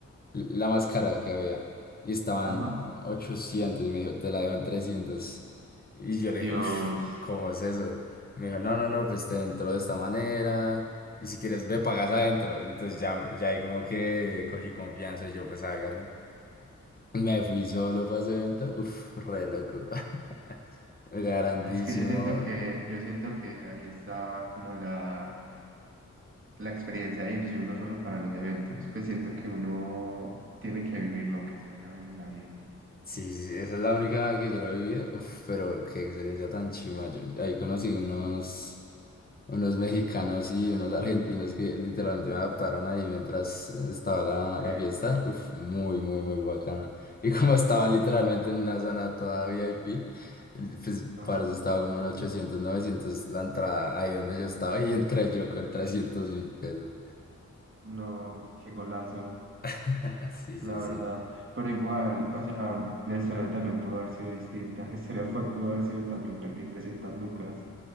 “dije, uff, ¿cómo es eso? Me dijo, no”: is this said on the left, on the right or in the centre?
Left